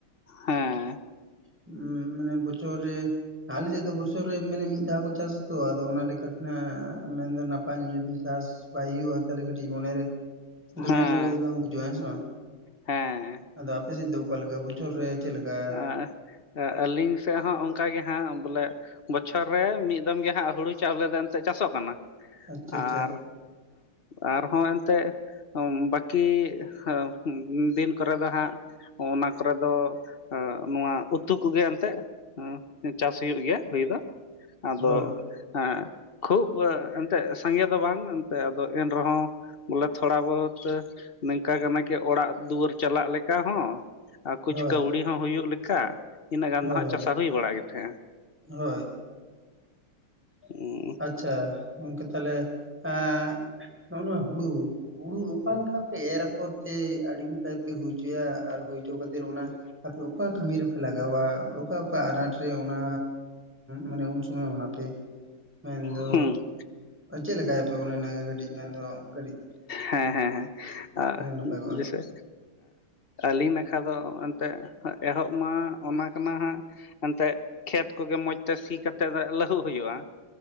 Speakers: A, on the left (about 35°); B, in the centre.
A: ᱦᱮᱸ ᱦᱮᱸ
B: ᱦᱮᱸ ᱢᱟᱱᱮ ᱵᱚᱪᱷᱚᱨ ᱨᱮᱼᱼ ᱟᱞᱮᱥᱮᱫ ᱫᱚ ᱵᱚᱪᱷᱚᱨ ᱨᱮ ᱢᱟᱱᱮ ᱢᱤᱫ ᱫᱷᱟᱣ ᱠᱚ ᱪᱟᱥᱟ ᱛᱚ ᱟᱫᱚ ᱚᱱᱟ ᱞᱮᱠᱟᱛᱮ, ᱢᱮᱱᱫᱚ ᱱᱟᱯᱟᱭ ᱧᱚᱜ ᱡᱩᱫᱤ ᱪᱟᱥᱼᱼ ᱵᱟᱭ ᱦᱩᱭᱩᱜᱼᱟ ᱛᱟᱦᱚᱞᱮ ᱠᱟᱹᱴᱤᱡ ᱢᱚᱱᱮᱨᱮ, ᱫᱚᱢᱮ
A: ᱦᱮᱸ
B: ᱮᱠᱴᱩ ᱵᱮᱥ ᱵᱟᱝ ᱵᱩᱡᱷᱟᱹᱜᱼᱟ ᱦᱮᱸ ᱥᱮ ᱵᱟᱝ ᱾
A: ᱦᱮᱸ
B: ᱟᱫᱚ ᱟᱯᱮ ᱥᱮᱫ ᱫᱚ ᱟᱠᱟ ᱞᱮᱠᱟ ᱵᱚᱪᱷᱚᱨ ᱨᱮ ᱪᱮᱫ ᱞᱮᱠᱟᱼᱼ
A: ᱟᱸ ᱟᱹᱞᱤᱧ ᱥᱮᱫ ᱦᱚᱸ ᱚᱱᱠᱟ ᱜᱮ ᱦᱟᱸᱜ ᱵᱚᱞᱮᱼᱼ ᱵᱚᱪᱷᱚᱨ ᱨᱮ ᱢᱤᱫ ᱫᱚᱢ ᱜᱮ ᱦᱟᱸᱜ ᱦᱩᱲᱩ ᱪᱟᱣᱞᱮ ᱫᱚ ᱮᱱᱛᱮᱫ ᱪᱟᱥᱚᱜ ᱠᱟᱱᱟ,
B: ᱟᱪᱪᱷᱟ ᱟᱪᱪᱷᱟ
A: ᱟᱨᱼᱼ ᱟᱨ ᱟᱨᱦᱚᱸ ᱮᱱᱛᱮᱜᱼᱼ ᱚᱸᱢ ᱵᱟᱹᱠᱤ ᱦᱚ ᱩᱸᱢ ᱫᱤᱱ ᱠᱚᱨᱮ ᱫᱚ ᱦᱟᱸᱜᱼᱼ ᱚᱱᱟ ᱠᱚᱨᱮ ᱫᱚ, ᱚ ᱱᱚᱣᱟ ᱩᱛᱼᱼ ᱩᱛᱩ ᱠᱚᱜᱮ ᱮᱱᱛᱮᱫ, ᱪᱟᱥ ᱦᱩᱭᱩᱜ ᱜᱮᱭᱟ ᱦᱩᱭ ᱫᱚ, ᱟᱫᱚᱼᱼ
B: ᱦᱳᱭ
A: ᱦᱮᱸ ᱠᱷᱩᱵᱽ ᱮᱱᱛᱮᱫ ᱥᱚᱸᱜᱮ ᱫᱚ ᱵᱟᱝ ᱮᱱᱛᱮᱫ ᱟᱫᱚ ᱮᱱᱨᱮᱦᱚᱸᱼᱼ ᱵᱚᱞᱮ ᱛᱷᱚᱲᱟ ᱵᱚᱦᱩᱛ ᱱᱚᱝᱠᱟ ᱜᱮ ᱱᱟᱠᱮ ᱚᱲᱟᱜ ᱫᱩᱣᱟᱹᱨ ᱪᱟᱞᱟᱜ ᱞᱮᱠᱟ ᱦᱚᱸ ᱾ ᱟᱨ ᱠᱩᱪ
B: ᱦᱳᱭ
A: ᱠᱟᱹᱣᱲᱤ ᱦᱚᱸ ᱦᱩᱭᱩᱜ ᱞᱮᱠᱟ ᱾ ᱤᱱᱟᱹᱜ ᱜᱟᱱ
B: ᱦᱳᱭ
A: ᱫᱚ ᱦᱟᱸᱜ ᱪᱟᱥᱟ ᱦᱩᱭ ᱵᱟᱲᱟᱜ ᱜᱮ ᱛᱟᱦᱮᱸᱜᱼᱟ ᱾
B: ᱦᱳᱭ
A: <unintelligible>
B: ᱟᱪᱪᱷᱟ ᱜᱚᱝᱠᱮ, ᱛᱟᱦᱚᱞᱮ ᱮᱸᱼᱼ ᱱᱚᱜᱼᱚ ᱱᱚᱣᱟ ᱦᱩᱲᱩ, ᱦᱩᱲᱩ ᱚᱠᱟ ᱞᱮᱠᱟ ᱯᱮ ᱮᱨ ᱟᱯᱷᱚᱨᱼᱼ ᱮᱸ ᱟᱹᱰᱤ ᱱᱟᱯᱟᱭ ᱯᱮ ᱦᱩᱭ ᱦᱚᱪᱚᱭᱟ, ᱟᱨ ᱦᱩᱭ ᱦᱚᱪᱚ ᱠᱟᱛᱮ ᱚᱱᱟᱼᱼ ᱟᱫᱚ ᱚᱠᱟ ᱠᱟᱹᱢᱤ ᱨᱮᱯᱮ ᱞᱟᱜᱟᱣᱟ? ᱚᱠᱟ ᱚᱠᱟ ᱟᱱᱟᱴ ᱨᱮ ᱚᱱᱟ ᱢᱟᱱᱮ ᱩᱱ ᱥᱚᱢᱚᱭ ᱚᱱᱟ ᱯᱮᱼᱼ ᱢᱮᱱᱫᱚ,
A: ᱦᱩᱸ
B: ᱪᱮᱫ ᱞᱮᱠᱟᱭᱟᱯᱮ ᱚᱱᱮ ᱟᱱᱟ ᱜᱮ ᱠᱟᱹᱴᱤᱡ ᱢᱮᱱᱫᱚ ᱠᱟᱹᱴᱤᱡᱼᱼ
A: ᱦᱮᱸ ᱦᱮᱸ ᱦᱮᱸ ᱟᱨ
B: ᱱᱟᱯᱟᱭ ᱠᱚᱜᱼᱟ
A: ᱡᱮᱭᱥᱮᱼᱼ ᱟᱹᱞᱤᱧ ᱱᱟᱠᱷᱟ ᱫᱚ ᱮᱱᱛᱮᱫ ᱮᱦᱚᱵ ᱢᱟ ᱚᱱᱟ ᱠᱟᱱᱟ ᱦᱟᱸᱜ ᱮᱱᱛᱮᱜ ᱠᱷᱮᱛ ᱠᱚᱜᱮ ᱢᱚᱸᱡᱽ ᱛᱮ ᱥᱤ ᱠᱟᱛᱮᱜ ᱞᱟᱹᱦᱩᱫ ᱦᱩᱭᱩᱜᱼᱟ᱾